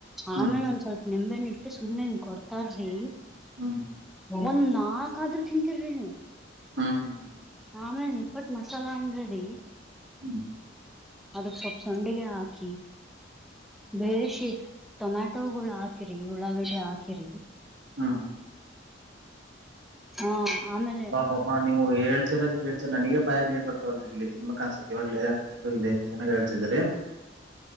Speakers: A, in the centre; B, on the right (about 65°).
A: ಆಮೇಲೆ
B: ಹ್ಮ್
A: ಒಂದ್ ಸ್ವಲ್ಪ ನಿಂಬೆಣ್ಣುನಟ್ಟು ಸುಮ್ಮನೆನ್ ಕೊಡ್ತಾರ -ರಿ
B: ಹ್ಮ
A: ಒಂದ್ ನಾಕ್ ಆದ್ರೂ ತಿನ್ಕಿರಿ ನೀವು
B: ಹಾ ಹಾ ಹಾ
A: ಆಮೇಲೆ ನಿಪ್ಪಟ್ ಮಸಾಲ ಅಂದ್ರೆ
B: ಹ್ಮ್
A: ಅದಕ್ ಸ್ವಲ್ಪ ಸಂಡಿಗೆ ಹಾಕಿ ಬೇರೆ ಶ ಟೊಮ್ಯಾಟೊಗಳು ಹಾಕಿರಿ ಉಳ್ಳಾಗಡಿ ಹಾಕಿರಿ
B: ಹಾ
A: ಹ ಹಾ ಆಮೇಲೆ
B: ಹೇಳ್ತಿರೋದ ಅಬ್ಬಬ್ಬಾಳ್ತಿರುವುದು ಹೇಳ್ತ ನನಗ ಬಯಗ್ ನೀರ್ ಬರ್ತಾವಲ್ ಇಲ್ಲಿ ತಿನ್ಮಕ್ಕ ಅನ್ಸತತಿ ಇವಾಗಲ ಅಷ್ಟ ಇದೆ ಚೆನ್ನಾಗಿ ಹೇಳ್ತಿದರಿ